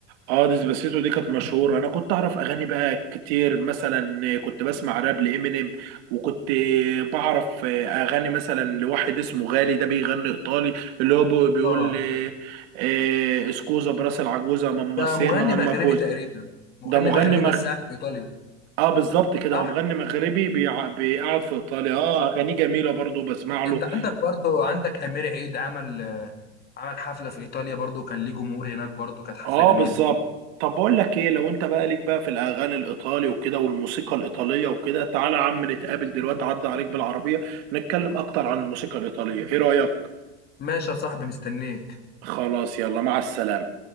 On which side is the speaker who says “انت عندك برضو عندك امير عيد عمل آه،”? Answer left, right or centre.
Left